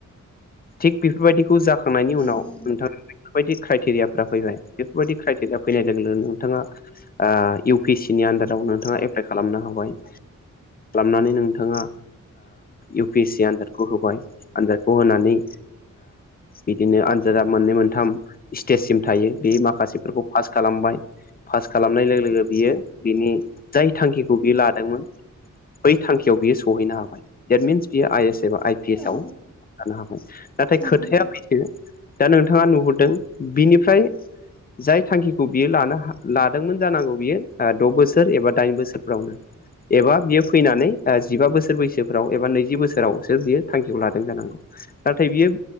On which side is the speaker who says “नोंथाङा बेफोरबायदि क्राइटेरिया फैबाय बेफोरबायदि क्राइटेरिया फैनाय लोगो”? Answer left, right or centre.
Left